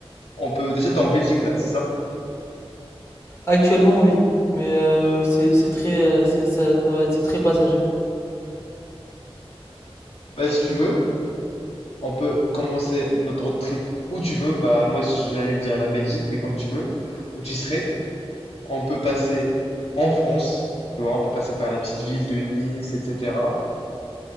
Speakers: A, on the left; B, on the left.
A: on peut, déjà, t'es en Belgique, là, c'est ça?
B: Actuellement, oui, mais euh, c'est, c'est très, euh, c'est, ça, ça va, être- c'est très passager.
A: Bah, si tu veux, on peut commencer notre road trip où tu veux. Bah, moi, j'allais dire la Belgique, mais comme tu veux, où tu serais. On peut passer en France, tu vois, on peut passer par la petite ville de Nice, etc.